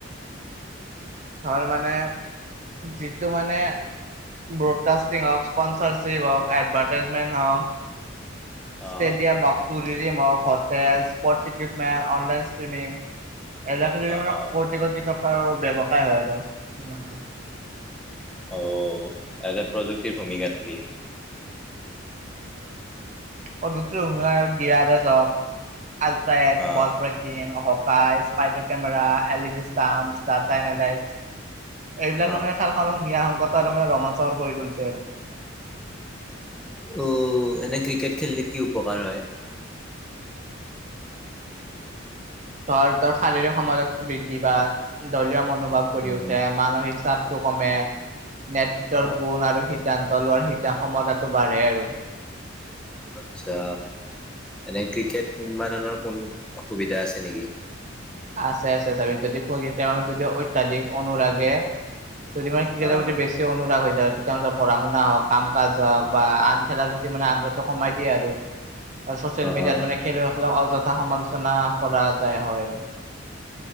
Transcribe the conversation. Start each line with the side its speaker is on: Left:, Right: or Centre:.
Right: ধৰ মানে কিন্তু মানে ব্ৰডকাষ্টিং হওঁক ইস্পনচাৰশ্বিপ হওঁক এডভাৰ্টাইজমেণ্ট হওঁক ষ্টেডিয়াম
Centre: অ',
Right: হওক, টুৰিজিম হওক, hotel, sports equipment, online streaming <unintelligible>
Centre: অ', অ',
Right: কোটি কোটি টকাৰ ব্যৱসায় হয় আৰু।
Centre: অঁ, এযাত প্ৰযুক্তি ভূমিকা থাকিল।
Right: <unintelligible> হকাই, স্পাইডাৰ কেমেৰা, L
Centre: অ',
Right: E D stump, data analyse, এইবিলাকে
Centre: অ'।
Right: মানে খালখনক নিয়াসংকত মানে ৰোমাঞ্চ কৰি তুলিছে আৰু।
Centre: অ এনে ক্ৰিকেট খেলিলে কি উপকাৰ হয়?
Right: ধৰ তৰ শাৰীৰিক সমাজত বৃদ্ধি বা দলীয় মনোভাৱ গঢ়ি
Centre: উম,
Right: উঠে। মানসিক চাপটো কমে, নেতৃত্বৰ
Centre: অ',
Right: গুণ আৰু সিদ্ধান্ত লোৱাৰ সিদ্ধান ক্ষমতাটো বাঢ়ে আৰু।
Centre: আত্ছা, এনে ক্ৰিকেট উন্মাদনৰ কোন অসুবিধা আছে নেকি?
Right: আছে আছে, চাবি যদি ক <unintelligible> যদি অত্যাধিক অনুৰাগে যদি মই ক্ৰিকেটৰ
Centre: অ',
Right: প্ৰতি বেষ্ট অনুৰাগ হৈ যায় আৰু তেতিয়া মানে পঢ়া-শুনা হওক, কাম-কাজ হওক বা আন খেলাৰ প্ৰতি মানে আগ্ৰহটো কমাই দিয়ে আৰু।
Centre: <inaudible>
Right: আৰু ছচিয়েল মিডিয়াত
Centre: অ',
Right: মানে- খেলুৱৈ সকলক অযথা সমালোচনা কৰা যায় হয় আৰু।